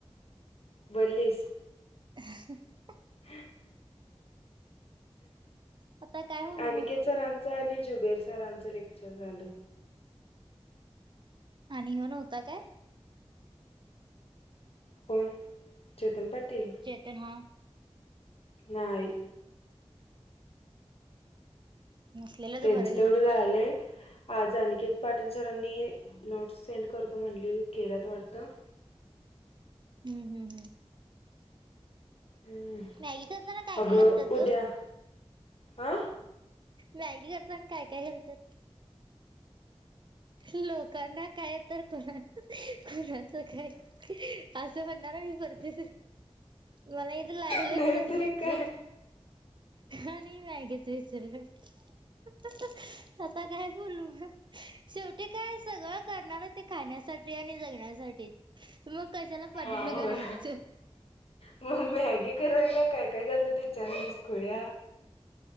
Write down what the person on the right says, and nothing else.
<unintelligible>
आता काय म्हणू
मग
आणि ह्यो नव्ता काय
तेन हा
नसलेलंच
बरं घे
बाई
हम् हम
मॅगी करताना काय
काय घालतात
ग
मॅगी करतना काय काय घालत्यास? लोकांना काय तर कुणा कोणाच काय असं म्हणणार मि परतीच मला इत लागलंय
प्रोजेक्टच
आणि ही मॅगी आता काय बोलू मग. शेवटी काय सगळं करणाराय ते खाण्यासाठी आणि जग ण्यासाठी मग कशाला पाठिमाग
रहायचं.